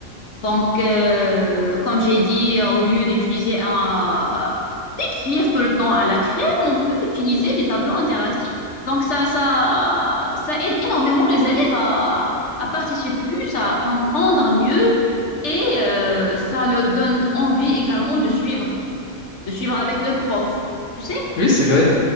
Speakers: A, on the left (about 60°); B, on the left (about 85°).
A: Donc, euh, comme j'ai dit, euh, au lieu d'utiliser un, euh, d'écrire tout le temps à la crème, on peut utiliser des tableaux interactifs. Donc, ça, ça, ça aide énormément les élèves à, à participer plus, à comprendre mieux et euh, ça leur donne envie également de suivre, de suivre avec le prof. Tu sais?
B: oui, c'est vrai.